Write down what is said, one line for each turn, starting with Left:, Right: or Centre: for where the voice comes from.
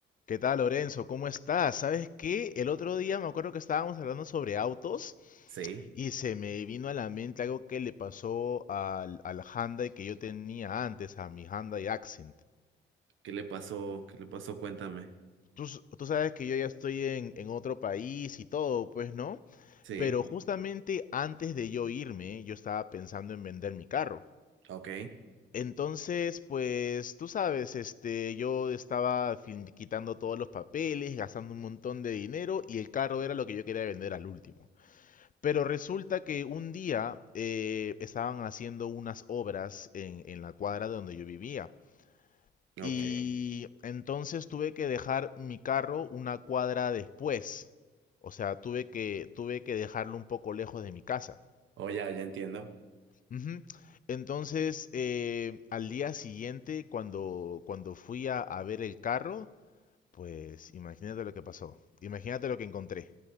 Left: ¿Qué tal, Lorenzo? ¿Cómo estás? ¿Sabes qué? El otro día me acuerdo que estábamos hablando sobre autos
Right: Sí.
Left: y se me vino a la mente algo que le pasó al, al Hyundai que yo tenía antes, a mi Hyundai Accent.
Right: ¿Qué le pasó? ¿Qué le pasó? Cuéntame.
Left: Tú, s- tú sabes que yo ya estoy en, en otro país y todo, pues, ¿no?
Right: Sí.
Left: Pero justamente antes de yo irme, yo estaba pensando en vender mi carro.
Right: Ok,
Left: Entonces, pues tú sabes, este, yo estaba fin- quitando todos los papeles, gastando un montón de dinero y el carro era lo que yo quería vender al último. Pero resulta que un día eh, estaban haciendo unas obras en, en la cuadra donde yo vivía.
Right: ok.
Left: Y entonces tuve que dejar mi carro una cuadra después. O sea, tuve que, tuve que dejarlo un poco lejos de mi casa.
Right: Oh, ya, ya entiendo.
Left: Ujú. Entonces, eh, al día siguiente, cuando, cuando fui a, a ver el carro, pues imagínate lo que pasó. Imagínate lo que encontré.